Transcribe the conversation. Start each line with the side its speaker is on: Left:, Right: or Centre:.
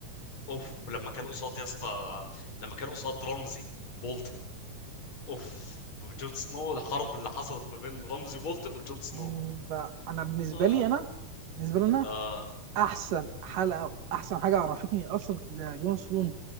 Left: اوف لما كان قصاد يا اسطى لما كان قصاد رمزي بولتن اوف وجون سنو الحرب اللي حصلت ما بين رمزي بولتن وجون سنو
Right: يعني بقى انا بالنسبه
Left: اه
Right: لي انا بالنسبه لي انا
Left: اه,
Right: احسن حلقه واحسن حاجه عرفتني اصلا جيم اوف ثرونز